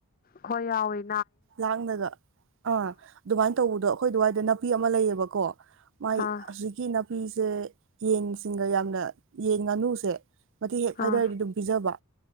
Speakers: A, on the left; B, on the right.
A: ꯍꯣꯏ ꯌꯥꯣꯏ
B: ꯂꯥꯡꯗꯒ ꯑꯥ ꯑꯗꯨꯃꯥꯏꯅ ꯇꯧꯕꯗꯣ ꯑꯩꯈꯣꯏ ꯑꯗꯨꯋꯥꯏꯗ ꯅꯥꯄꯤ ꯑꯃ ꯂꯩꯌꯦꯕꯀꯣ ꯃꯥꯏ
A: ꯑꯥ
B: <inaudible> ꯀꯤ ꯅꯥꯄꯤꯁꯦ ꯌꯦꯟꯁꯤꯡꯒ ꯌꯥꯝꯅ ꯌꯦꯟ ꯉꯥꯅꯨꯁꯦ ꯃꯊꯤ ꯐꯥꯏꯗꯏꯔꯗꯤ
A: ꯑꯥ
B: ꯑꯗꯨꯝ ꯄꯤꯖꯕ